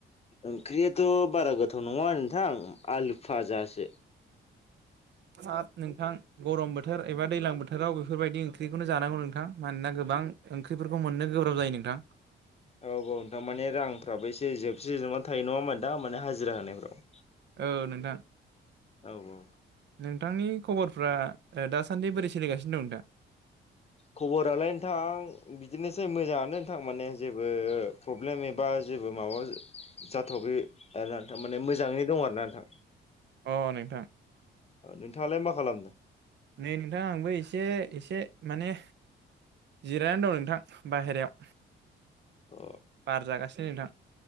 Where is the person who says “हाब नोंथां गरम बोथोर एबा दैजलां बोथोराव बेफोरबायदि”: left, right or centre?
Right